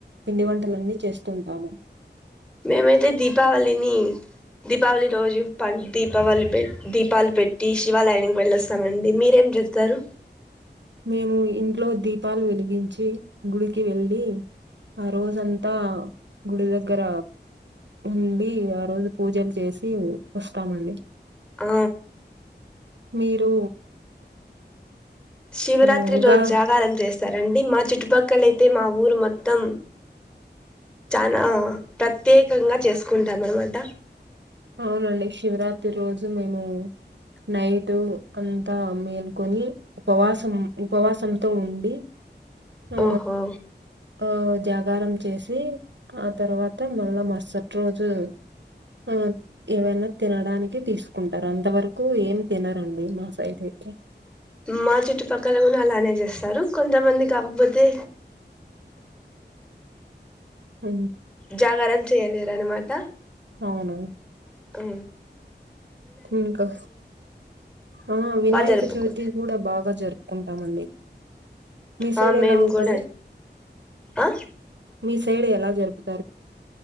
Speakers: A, on the right (about 80°); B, in the centre.
A: పిండి వంటలన్నీ చేస్తుంటాము
B: మేమైతే దీపావళిని దీపావళి రోజు పం దీపావళి దీపాలు పెట్టి శివాలయానికి వెళ్ళొస్తామండి మీరేం చెస్తారు
A: మేము ఇంట్లో దీపాలు వెలిగించి గుడికి వెళ్లి ఆ రోజంతా గుడి దగ్గర ఉండి ఆరోజు పూజలు చేసి వస్తామండి
B: ఆ
A: మీరు
B: శివరాత్రి
A: ఆ ఉగా
B: రోజు జాగారం చేస్ సరేండి మా చుట్టుపక్కల అయితే మా ఊరు మొత్తం చనా ప్రత్యేకంగా చేసుకుంటాం అనమాట
A: అవునండి శివరాత్రి రోజు మేము నైటు అంతా మేల్కొని ఉపవాసం ఉపవాసంతో ఉండి ఆ
B: ఓహో
A: ఆ జ జాగారం చేసి ఆ తర్వాత మళ్ళా మరుసటి రోజు ఆ ఏవనా తినడానికి తీసుకుంటారు అంతవరకు ఏమి తినరండి మా సైడ్ అయితే
B: మా చుట్టుపక్కల కూడా అలానే చేస్తారు కొంతమంది కాకపోతే
A: అ
B: జాగరణ చేయలేరునమాట
A: అవును
B: అ
A: ఇంకా ఆ వినాయక
B: బాగా జరుపుకు
A: చవితి కూడా బాగా జరుపుకుంటాము మీ సైడ్
B: ఆ మేము
A: ఎలా ఉంటది
B: కూడా ఆ
A: మిస్ సైడ్ ఎలా జరుగు